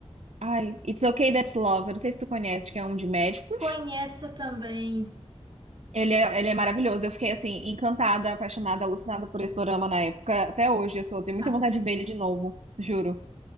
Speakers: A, on the right (about 75°); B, on the right (about 40°).
A: Ai, It's Okay That's Love. Eu não sei se tu conhece, que é um de médicos.
B: Conheço também.
A: Ele é, ele é maravilhoso. Eu fiquei assim, encantada, apaixonada, alucinada por esse dorama na época. Até hoje, eu sou, tenho muita
B: Ah,
A: vontade de ver ele de novo, juro.